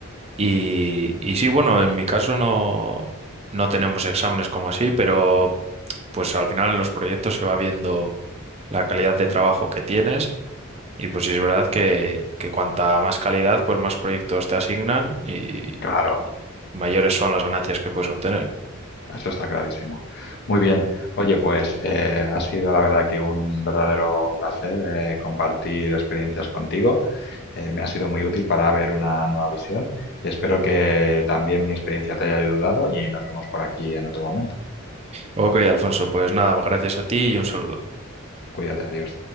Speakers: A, on the right; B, on the left.
A: Y, y sí, bueno, en mi caso no, no tenemos exámenes como así, pero pues al final en los proyectos se va viendo la calidad de trabajo que tienes y pues sí es verdad que, que cuanta más calidad, pues más proyectos te asignan y,
B: Claro,
A: y mayores son las ganancias que puedes obtener.
B: Eso está clarísimo. Muy bien. Oye, pues eh, ha sido la verdad que un verdadero placer eh, compartir experiencias contigo. Eh, me ha sido muy útil para ver una nueva visión. Espero que también mi experiencia te haya ayudado y nos vemos por aquí en otro momento.
A: Ok, Alfonso, pues nada, gracias a ti y un saludo.
B: Cuídate, adiós.